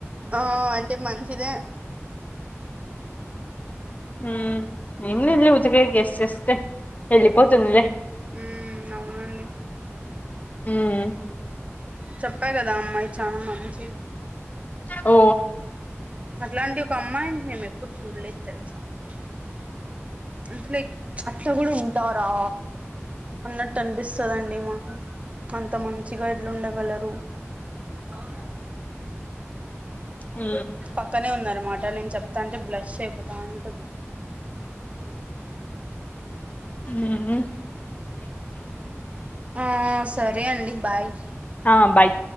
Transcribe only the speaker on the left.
ఉ ఏంలేదు లే ఉతికేకు ఎసేస్తే వెళ్ళిపోతుందిలే
ఉమ్
ఓ
ఉ
ఉ
ఆ బాయ్